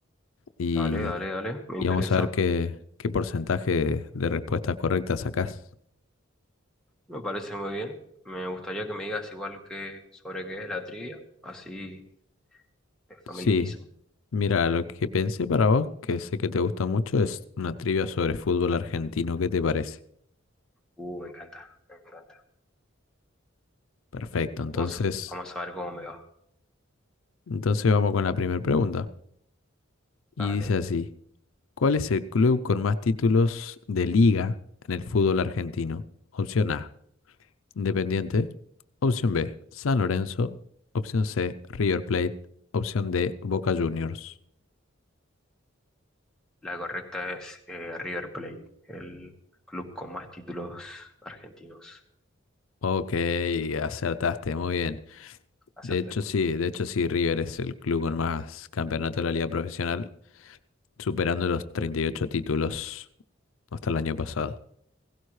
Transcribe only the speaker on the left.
y,
y
vamos a ver qué, qué porcentaje de respuestas correctas sacás.
Sí, mira, lo que pensé para vos, que sé que te gusta mucho, es una trivia sobre fútbol argentino. ¿Qué te parece?
Perfecto, entonces,
entonces vamos con la primera pregunta. Y
dice así, ¿cuál es el club con más títulos de liga en el fútbol argentino? Opción A, Independiente. Opción B, San Lorenzo. Opción C, River Plate. Opción D, Boca Juniors.
Ok, acertaste, muy bien. De
hecho, sí, de hecho, sí, River es el club con más campeonatos de la liga profesional, superando los 38 títulos hasta el año pasado.